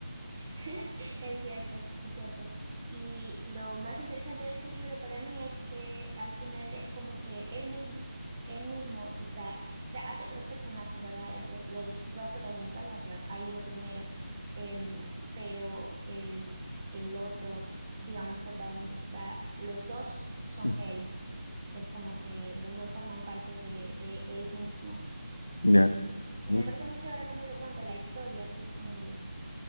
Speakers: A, on the right; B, on the left.
A: <laughs> es cierto, es cierto. Y lo más interesante de ese libro para mí es que al final es como que él mismo, él mismo se está, se hace dos personajes, ¿verdad? El pro- los dos protagonistas, aunque hay uno primero, em, pero el, el otro, digamos, protagonista, los dos son
B: <laughs>
A: él. Es como que los dos forman parte de, de él mismo.
B: Ya,
A: Y, y
B: ¿no?
A: me parece muy chévere cómo lo cuenta la historia, así como que es